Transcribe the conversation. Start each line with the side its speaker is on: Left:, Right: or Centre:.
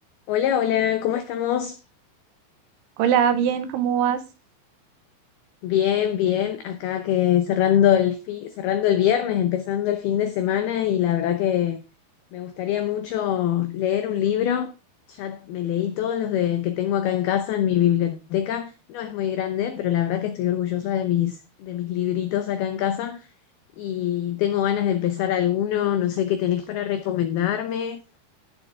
Left: Hola, hola, ¿cómo estamos?
Right: Hola, bien, ¿cómo vas?
Left: Bien, bien, acá que cerrando el fi- cerrando el viernes, empezando el fin de semana y la verdad que me gustaría mucho leer un libro. Ya me leí todos los de que tengo acá en casa en mi biblioteca. No es muy grande, pero la verdad que estoy orgullosa de mis de mis libritos acá en casa y tengo ganas de empezar alguno, no sé qué tenés para recomendarme.